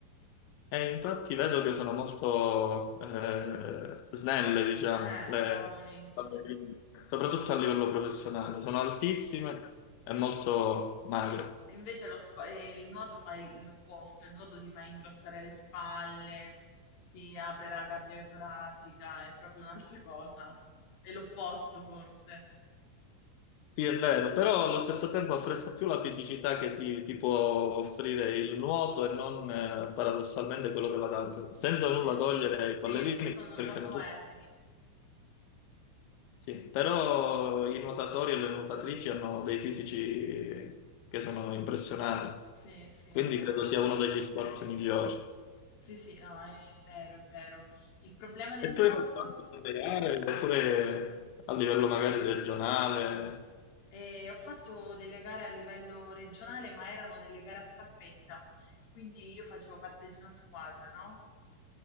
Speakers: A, on the left; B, on the left.
A: E infatti vedo che sono molto eh, snelle, diciamo,
B: Eh,
A: le
B: cavoli.
A: ballerine, soprattutto a livello professionale. Sono altissime e molto magre.
B: Invece lo spa- eh, il nuoto fa il- l'opposto, il nuoto ti fa ingrossare le spalle, ti apre la gabbia toracica, è proprio un'altra cosa. È l'opposto forse.
A: Sì, è vero, però allo stesso tempo apprezzo più la fisicità che ti, ti può offrire il nuoto e non eh, paradossalmente quello della danza, senza nulla
B: Sì.
A: togliere ai
B: Sì,
A: ballerini,
B: perché sono
A: perché
B: troppo
A: hanno tutti...
B: esili.
A: Sì, però i nuotatori e le nuotatrici hanno dei fisici che sono impressionanti,
B: Sì, sì,
A: quindi
B: è vero.
A: credo sia uno degli sport migliori.
B: Sì, sì, no, è vero, è vero. Il problema del
A: E tu
B: nuoto,
A: hai fatto anche delle gare, oppure a livello magari regionale?
B: eh, ho fatto delle gare a livello regionale, ma erano delle gare a staffetta, quindi io facevo parte di una squadra, no?